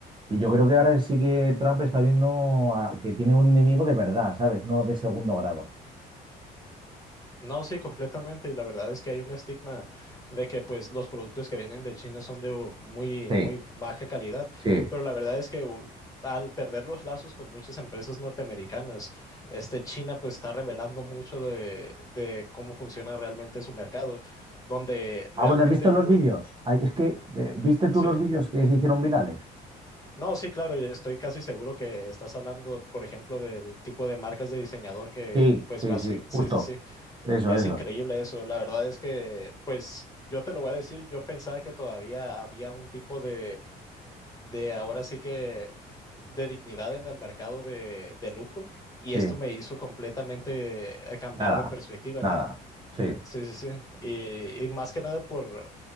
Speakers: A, on the right (about 30°); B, on the left (about 20°).
A: Y yo creo que ahora sí que Trump está viendo a- que tiene un enemigo de verdad, ¿sabes? No de segundo grado.
B: No, sí, completamente. Y la verdad es que hay un estigma de que pues los productos que vienen de China son de u- muy,
A: Sí,
B: muy baja calidad.
A: sí,
B: Pero la verdad es que u- al perder los lazos con muchas empresas norteamericanas, este China pues está revelando mucho de, de cómo funciona realmente su mercado, donde realmente
A: Ah, bueno, ¿has visto los
B: mu-
A: vídeos? Ay, es que, eh, ¿viste tú
B: sí.
A: los vídeos que se hicieron virales?
B: No, sí, claro, y estoy casi seguro que estás hablando, por ejemplo, del tipo de marcas de diseñador que
A: Sí,
B: pues
A: sí,
B: va,
A: sí,
B: sí, sí,
A: justo.
B: sí. sí.
A: Eso,
B: Es
A: eso.
B: increíble eso. La verdad es que, pues, yo te lo voy a decir, yo pensaba que todavía había un tipo de, de ahora sí que, de dignidad en el mercado de, de lujo y
A: Sí,
B: esto me hizo completamente eh, cambiar
A: nada,
B: de perspectiva,
A: nada.
B: ¿no?
A: Sí,
B: Sí, sí, sí. Y, y más que nada por